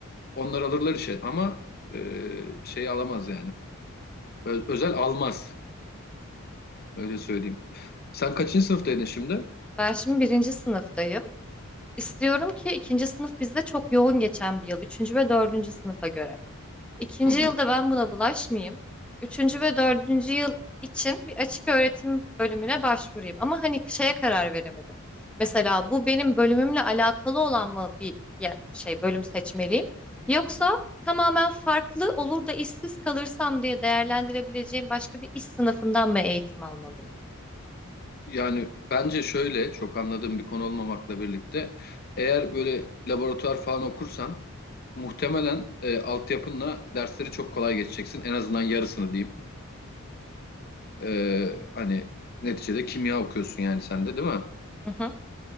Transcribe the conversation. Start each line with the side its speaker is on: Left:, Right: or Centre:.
Left: Onlar alırlar işe ama e, şey alamaz yani. Ö- özel almaz öyle söyleyeyim. Sen kaçıncı sınıftaydın şimdi?
Centre: Ben şimdi birinci sınıftayım. İstiyorum ki ikinci sınıf bizde çok yoğun geçen bir yıl. Üçüncü ve dördüncü sınıfa göre. İkinci
Left: Hı hı.
Centre: yılda ben buna bulaşmayayım. Üçüncü ve dördüncü yıl için bir açık öğretim bölümüne başvurayım. Ama hani şeye karar veremedim. Mesela bu benim bölümümle alakalı olan mı bir ye- şey bölüm seçmeliyim? Yoksa tamamen farklı olur da işsiz kalırsam diye değerlendirebileceğim başka bir iş sınıfından mı eğitim almalıyım?
Left: Yani bence şöyle çok anladığım bir konu olmamakla birlikte eğer böyle laboratuvar falan okursan muhtemelen e, altyapınla dersleri çok kolay geçeceksin. En azından yarısını diyeyim. Ee, hani neticede kimya okuyorsun yani sen de değil mi?
Centre: Hı hı.